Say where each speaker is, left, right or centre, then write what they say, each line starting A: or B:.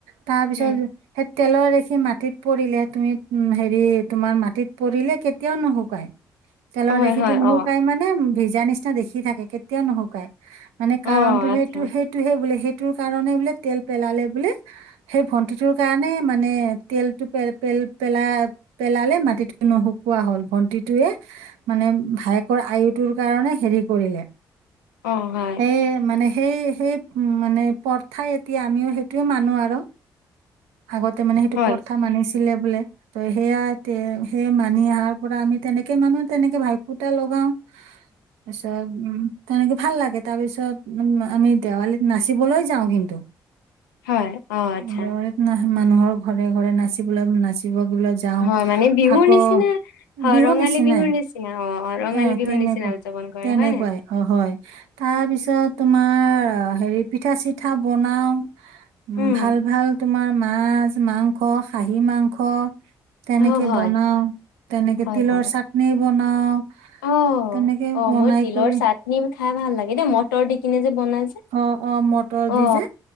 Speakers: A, on the right; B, on the left.
A: তাৰ পিছত
B: উম
A: সেই তেলৰ ৰেখি মাটিত পৰিলে তুমি উম হেৰি তোমাৰ মাটিত পৰিলে কেতিয়াও নুশুকায় তেলৰ
B: হয়
A: ৰেখিটো
B: হয়
A: নুশুকাই
B: অ
A: মানে ভিজা নিচিনা দেখি থাকে কেতিয়াও নুশুকায় মানে
B: অ
A: কাৰণটো
B: আচ্ছা
A: সেইটো সেইটোহে বোলে সেইটো ৰ কাৰণে বোলে তেল পেলালে বোলে সেই ভন্টিটোৰ কাৰণে মানে তেলটো পে পেল-পেলাই-পেলালে মাটিত নুশুকোৱা হ'ল ভন্টিটোৱে মানে ভায়েকৰ আয়ুটোৰ কাৰণে হেৰি কৰিলে
B: অ হয়।
A: সেই মানে সেই সেই মানে প্ৰথাই এতিয়া আমিও সেইটোৱে মানো আৰু। আগতে মানে সেইটো
B: হয়
A: প্ৰথা মানিছে বোলে ত সেয়া এ সেই মানি অহাৰ পৰা আমি তেনেকে মানুহে তেনেকে ভাই ফুতা লগাও
B: <unintelligible>
A: আ্ছা উম তেনেকে ভাল লাগে তাৰ পিছত উ আমি দেৱালীত নাচিবলৈ যাওঁ কিন্তু
B: হয় অ আচ্ছা
A: দেৱালীত না মানুহৰ ঘৰে ঘৰে নাচিবলৈ নাচিব যাও
B: হয় মানে বিহুৰ
A: আকৌ
B: নিচিনা হয়
A: বিহু
B: ৰঙালী
A: নিচিনাই
B: বিহুৰ নিচিনা অ অ ৰঙালী
A: এ
B: বিহুৰ
A: তেনেকুৱা
B: নিচিনা উদযাপন কৰে
A: তেনেকুৱাই
B: হয় নাই
A: অ হয় তাৰপিছত তোমাৰ হেৰি পিঠা চিঠা বনাও
B: উম
A: ভাল ভাল তোমাৰ মাছ মাংস খাহী মাংস তেনেকে
B: অ হয়
A: বনাও তেনেকে
B: হয়
A: তিলৰ
B: হয়
A: চাটনি বনাও
B: অ
A: তেনেকে
B: অ
A: বনাই
B: মোৰ তিলৰ
A: কৰি
B: চাটনি খাই ভাল লাগে দেই ম ৰ দি কিনে যে বনাই যে
A: অ অ মটৰ দি
B: অ
A: যে